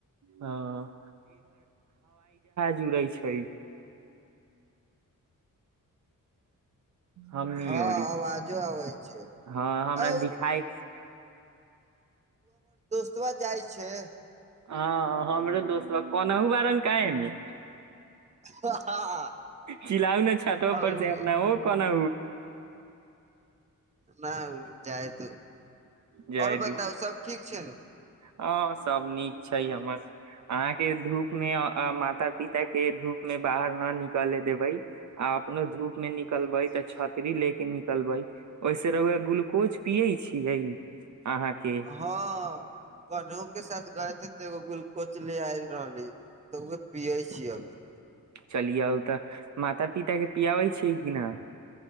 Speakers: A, on the right; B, on the right.
A: हँ जुड़ै छै हमनी
B: हँ
A: ओरी
B: अवाजो आबै छै
A: हँ हमरा
B: आ
A: दिखाई
B: कतब जाइ छै
A: हँ हमरो दोस्त बा कोनाहु बारन कमे
B: हँ
A: चिललाउ ने छतो पर
B: उ
A: से अपना ओ कोना
B: न जाइ तू
A: जाय
B: आओर बताउ
A: दू
B: सब ठीक चलु
A: हँ सभ नीक छै हमर अहाँके धूप मे माता पिता के धूप ने बाहर न निकल देबै आ अपनो धूप मे निकलबै तऽ छात छतरी ले के निकलबै ओहिस र‌उआ ग्लूकोज पिये छियै अहाँके
B: हँ कनहु के साथ गए तऽ एगो गुलकोचले आय रहले तऽ उ पियै छी अभी
A: चलियौ तऽ माता पिता के पियाबै छै कि न